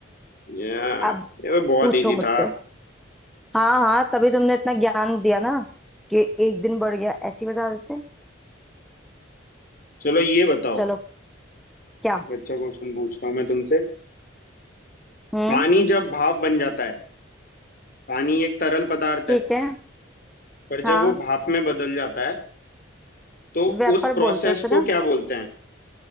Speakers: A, on the left; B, in the centre.
A: या
B: अब
A: ये बहुत
B: पूछो
A: इजी
B: मुझसे
A: था
B: हाँ हाँ तभी तुमने इतना ज्ञान दिया ना कि एक दिन बढ़ गया ऐसे ही बता देते
A: चलो ये बताओ
B: चलो क्या
A: एक अच्छा क्वेश्चन पूछता हूँ मैं तुमसे
B: हम्म
A: पानी जब भाप बन जाता है पानी एक तरल पदार्थ
B: ठीक
A: है
B: है
A: पर जब
B: हाँ
A: वो भाप में बदल जाता है तो
B: व्यापार
A: उस प्रोसेस
B: बोलते हैं उसे
A: को
B: ना
A: क्या बोलते हैं